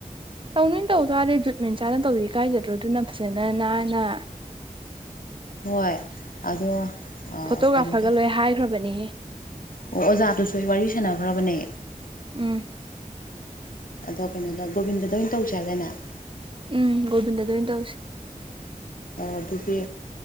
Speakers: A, on the right; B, on the left.
A: ꯇꯧ ꯅꯤꯟ ꯇꯧ ꯇꯥꯔꯗꯤ ꯖꯨꯠ ꯃꯦꯟ ꯆꯥꯅ ꯇꯧꯔꯤ ꯀꯥꯏꯖꯗ꯭ꯔꯣ ꯑꯗꯨꯅ ꯐꯖꯅ ꯅꯥꯟꯅ꯫
B: ꯍꯣꯏ ꯑꯗꯣ꯫
A: ꯐꯣꯇꯣꯒ꯭ꯔꯥꯐꯔꯒ
B: ꯀꯩꯅꯣ ꯇꯧ
A: ꯂꯣꯏ ꯍꯥꯏꯈ꯭ꯔꯕꯅꯤꯍꯦ꯫
B: ꯑꯣ ꯑꯣꯖꯥꯗꯨꯁꯨ ꯋꯥꯔꯤ ꯁꯥꯟꯅꯈ꯭ꯔꯕꯅꯦ꯫
A: ꯎꯝ
B: ꯑꯗꯣ ꯀꯩꯅꯣꯗ ꯒꯣꯕꯤꯟꯗꯗ ꯑꯣꯏꯅ ꯇꯧꯁ‌ꯦ ꯍꯥꯏꯗꯥꯏꯅ‌ꯦ ꯫
A: ꯎꯝ ꯒꯣꯕꯤꯟꯗꯗ ꯑꫭꯏ ꯇꯧꯁꯤ꯫
B: ꯑꯗꯨꯒꯤ